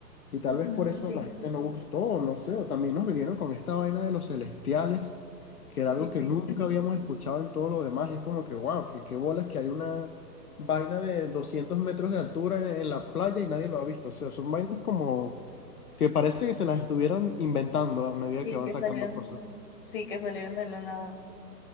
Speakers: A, on the left (about 60°); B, on the left (about 35°).
A: Y tal
B: Ujú,
A: vez por eso
B: Sí,
A: a la gente no gustó, o no sé, o también nos vinieron con esta vaina de los celestiales, que era
B: sí,
A: algo
B: sí.
A: que nunca
B: <laughs>
A: habíamos escuchado en todo lo demás, y es como que, wow, qué, qué bolas que hay una vaina de 200 metros de altura en, en la playa y nadie lo ha visto, o sea, son vainas como que parece que se las estuvieran inventando a medida
B: Sí,
A: que van
B: que
A: sacando
B: salieron,
A: cosas.
B: sí, que salieron de la nada.